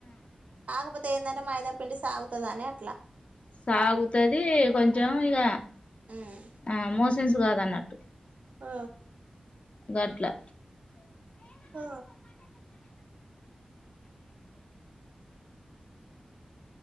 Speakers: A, on the right; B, on the left.
A: కాకపోతే ఎందంటే మైదాప్ పిండి సాగుతాది అని అట్లా
B: సాగుతది కొంచెం ఇగ
A: ఉమ్
B: ఆ మోస్ చిజ్ కాదన్నట్టు
A: ఆ
B: గట్లా
A: ఆ